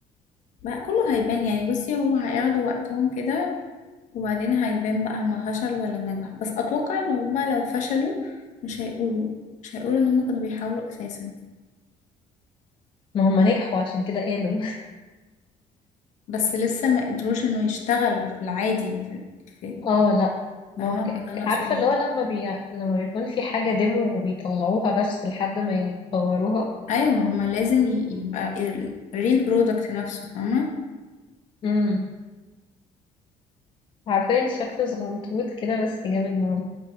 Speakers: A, on the left; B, on the left.
A: بقى كله هيبان يعني بصي هو هياخدوا وقتهم كده وبعدين هيبان بقى هما فشلوا ولا نجحوا بس اتوقع ان هما لو فشلوا مش هيقولوا مش هيقولوا ان هما كانوا بيحاولوا اساسا
B: ما هم نجحوا عشان كده قالوا <laughs>
A: بس لسه ما قدروش انه يشتغل في العادي في, في
B: اه لا ما
A: فاهمه
B: هو ك-
A: فده اللي اقصده
B: عارفة اللي هو لما بي... لما بيكون في حاجة ديمو وبيطلعوها بس لحد ما يطوروها
A: ايوه ما هما لازم ي- يبقى الريل برودكت نفسه فاهمه
B: امم عارفين شكله صغنطوط كده بس جامد موت